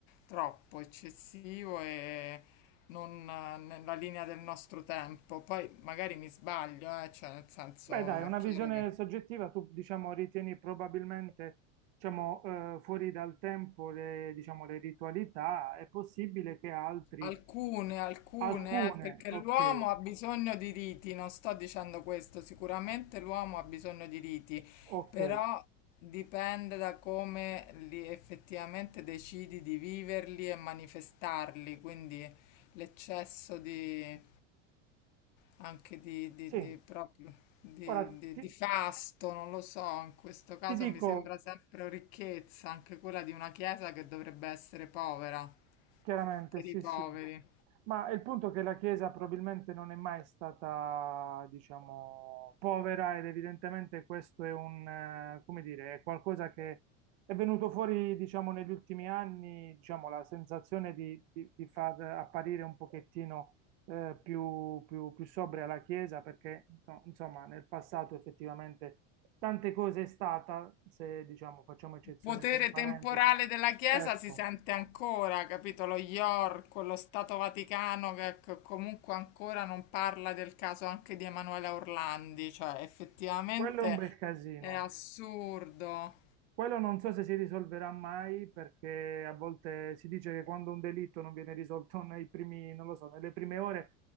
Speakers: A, on the left; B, on the right.
A: troppo eccessivo e non eh, nella linea del nostro tempo. Poi magari mi sbaglio, eh, cioè nel senso
B: Beh, dai, una
A: è chiaro
B: visione
A: che...
B: soggettiva, tu diciamo ritieni probabilmente diciamo, eh, fuori dal tempo le, diciamo, le ritualità, è possibile che altri,
A: Alcune, alcune,
B: alcune,
A: eh, perché
B: ok,
A: l'uomo ha bisogno di riti, non sto dicendo questo, sicuramente l'uomo ha bisogno di riti,
B: ok,
A: però dipende da come li effettivamente decidi di viverli e manifestarli, quindi l'eccesso di, anche di, di,
B: sì,
A: di proprio, di,
B: ora
A: di-
B: ti,
A: di fasto, non lo so, in questo caso
B: ti dico
A: mi sembra sempre ricchezza, anche quella di una chiesa che dovrebbe essere povera,
B: chiaramente,
A: per
B: sì,
A: i poveri.
B: sì, Ma il punto è che la Chiesa probabilmente non è mai stata, diciamo, povera ed evidentemente questo è un, eh, come dire, è qualcosa che è venuto fuori, diciamo, negli ultimi anni, diciamo, la sensazione di, di- di far apparire un pochettino eh, più, più, più sobria la Chiesa perché, no, insomma, nel passato effettivamente tante cose è stata, se, diciamo, facciamo eccezione
A: Il potere
B: per la parentesi,
A: temporale della Chiesa
B: ecco,
A: si sente ancora, capito? Lo York, lo Stato Vaticano che, che comunque ancora non parla del caso anche di Emanuela Orlandi, cioè effettivamente
B: quello è un bel casino.
A: è assurdo.
B: Quello non so se si risolverà mai perché a volte si dice che quando un delitto non viene risolto nei primi, non lo so, nelle prime ore,